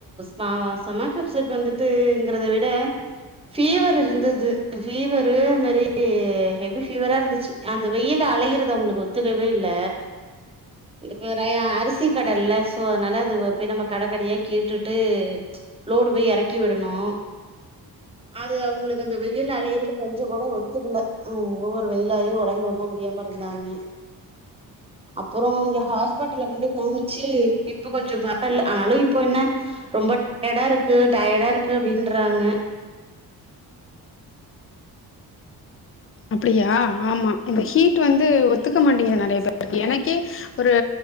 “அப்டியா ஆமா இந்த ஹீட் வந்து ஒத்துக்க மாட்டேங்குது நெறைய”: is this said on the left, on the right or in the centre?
Left